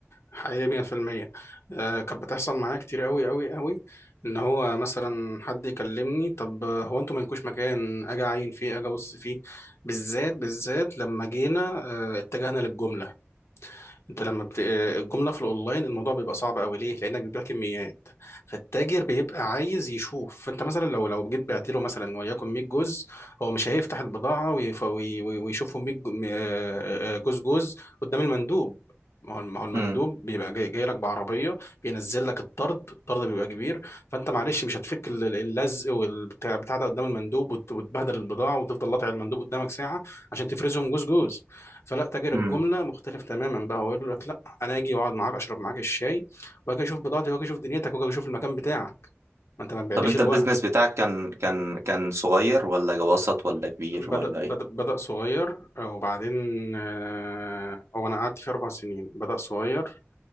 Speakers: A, on the left (about 70°); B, on the right (about 80°).
A: حقيقي 100% آه كانت بتحصل معايا كتير قوي قوي قوي ان هو مثلا حد يكلمني طب آه، هو انتوا مالكوش مكان اجي اعين فيه اجي ابص فيه بالذات بالذات لما جينا آه اتجهنا للجمله انت لما بت... الجمله في الاونلاين الموضوع بيبقى صعب قوي ليه لانك بتبيع كميات فالتاجر بيبقى عايز يشوف فانت مثلا لو لو جيت بعت له مثلا وليكن 100 جزء هو مش هيفتح البضاعه ويف... وي... وي- ويشوفهم 100 جو- آه، آه، آه، جزء جزء قدام المندوب ما هو ما هو المندوب
B: مم.
A: بيبقى جاي, جاي لك بعربيه بينزل لك الطرد الطرد بيبقى كبير فانت معلش مش هتفك ال- ال- اللزق والبتاع بتاع ده قدام المندوب وت- وتبهدل البضاعه وتفضل قاطع المندوب قدامك ساعه عشان تفرزهم جزء جزء فلا تاجر
B: امم
A: الجمله مختلف تماما بقى هو يقول لك لا انا اجي واقعد معاك اشرب معاك الشاي واجي اشوف بضاعتي واجي اشوف دنيتك واجي اشوف المكان بتاعك ما انت ما تبيعليش
B: طب انت
A: الوهم
B: البيزنس بتاعك كان كان كان صغير ولا وسط ولا كبير
A: بدأ
B: ولا
A: بدأ
B: ايه
A: بدأ صغير آه، وبعدين آه، هو انا قعدت فيه اربع سنين بدأ صغير